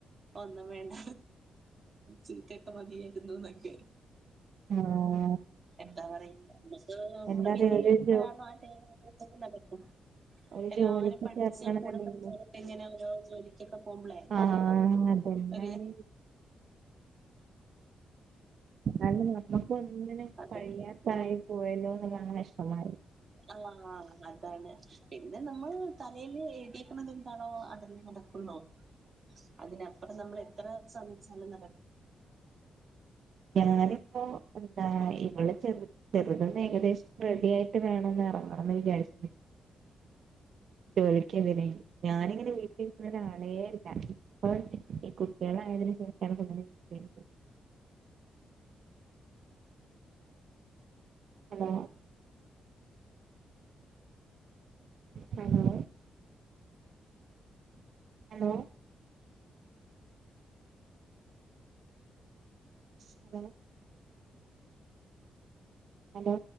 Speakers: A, on the right; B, on the right.
A: ഒന്നും വേണ്ട ചിട്ടൊക്കെ മതിയായിരുന്നു എന്നൊക്കെ
B: ആഹ
A: എന്താ പറ നമുക്ക് നമ്മുടെ
B: എന്താറിയ
A: വിധി
B: ഒരു
A: എപ്പോഴാണ്
B: ജോ
A: ആ ക്ക നടക്കും
B: ഒരു
A: എല്ലാരും
B: ജോലിക്ക്
A: പഠിച്ച
B: ചേർന്നണെന്നുണ്ടെങ്കില്
A: കൂടെ പഠിച്ച എങ്ങനെ ഓരോ ജോലിക്കൊക്കെ പോകുമ്പളെ
B: ആഹ് അതന്നാണ്
A: ഒ
B: അ നമ്മുക്ക ഒന്നിനും
A: അതെ
B: പഴിയാത്തായി പോയല്ലോ ങ്ങ ഇഷ്ടമായി
A: ആഹ് അതാണ് പിന്നെ നമ്മൾ തലൽ എഴുതിയക്കണത് എന്താണോ അതെല്ലാം നടക്കുന്നോ അതിനപ്പുറം നമ്മൾ എത്ര ശ്രമിച്ചാലും നടക്ക
B: ഞാനിപ്പോ എന്താ ഇൾ ചെ ചെറുതന്ന് ഏകദേശം റെഡി ആായിട്ട് വേണംന്ന് ഇറങ്ങണം എന്ന് വിചാരിച്ച വിളിക്കതിന ഞാനിങ്ങനെ വീട്ടിക്കുന്ന ഒരാളെല്ല ഇപ്പ ഈ കുട്ടികളെ തിനു ശാണ് <unintelligible> hello hello hello hello hello